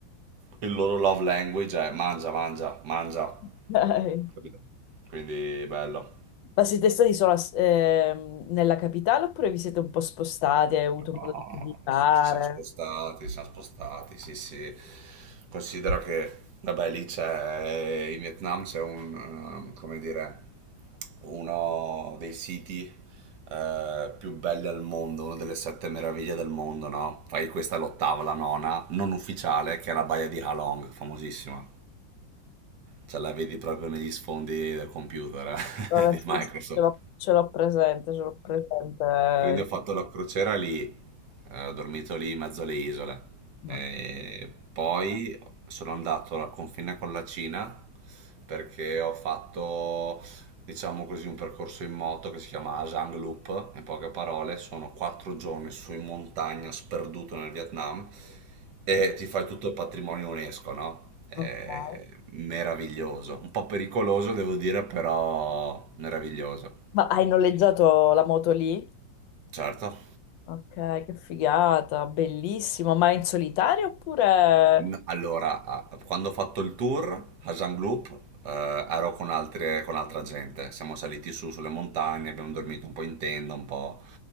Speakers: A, on the right; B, on the left.
A: il loro love language è mangia, mangia, mangia.
B: Ok. Ok.
A: Capito? Quindi bello.
B: Ma siete stati solo a s- ehm, nella capitale oppure vi siete un po' spostati e hai avuto
A: Ah,
B: modo di visitare?
A: ci siamo spostati, ci siamo spostati, sì, sì. Considera che, vabbè, lì c'è, in Vietnam c'è un, ehm, come dire, uno dei siti eh, più belli al mondo, una delle sette meraviglie del mondo, no? Poi questa è l'ottava, la nona, non ufficiale, che è la baia di Ha Long, famosissima. Ce la vedi proprio negli sfondi del computer,
B: Vabbè,
A: eh, <laughs> di
B: sì,
A: Microsoft.
B: sì, ce l'ho ce l'ho presente, ce l'ho presente.
A: Quindi ho fatto la crociera lì, eh, ho dormito lì in mezzo alle isole.
B: No,
A: E
B: eh,
A: poi sono andato al confine con la Cina perché ho fatto, diciamo così, un percorso in moto che si chiama Asang Loop. In poche parole, sono quattro giorni su in montagna, sperduto nel Vietnam, e ti fai tutto il patrimonio UNESCO, no? È
B: ok.
A: meraviglioso, un po' pericoloso devo dire, però meraviglioso.
B: Ma hai noleggiato la moto lì?
A: Certo.
B: Ok, che figata, bellissimo. Ma in solitario oppure...
A: N- Allora, a- quando ho fatto il tour a Jean Group, eh, ero con altre, con altra gente. Siamo saliti su sulle montagne, abbiamo dormito un po' in tenda, un po'